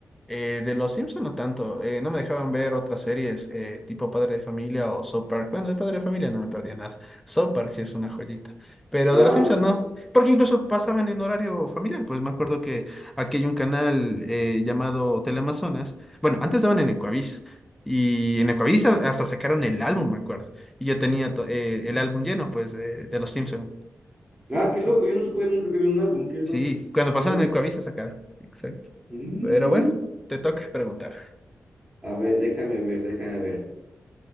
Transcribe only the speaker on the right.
Ah,
lo-
ah,
qué
loco, yo no supe nunca que vi un álbum, qué loco.
¿Por qué
no?
Mm,
A ver, déjame ver, déjame ver.